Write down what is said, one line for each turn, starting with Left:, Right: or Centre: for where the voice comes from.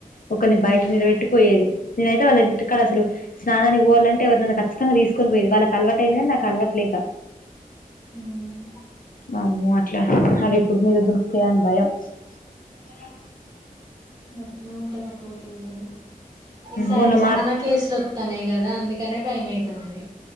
Left: ఒకల్ని బయట
Right: ఉమ్,
Left: నిలబెట్టిపోయేది, నేనైతే వాళ్ళ ఇంటికాడ అసలు స్నానానికి పోవాలంటే ఎవర్నన్న ఖచ్చితంగా తీసుకొని పోయేది వాళ్ళకి అలవాటయింది గని నాకలవాట్లేక
Right: ఉమ్.
Left: వామ్మో అట్లా అవెప్పుడు మీద దుంకుతయా అని భయం అ
Right: గట్నే ఉంటదాకోతుల్తోని ఈసారి
Left: మొన్న మా
Right: చాలా కేసులొత్తన్నయి గదా అందుకనే భయమయితాంది.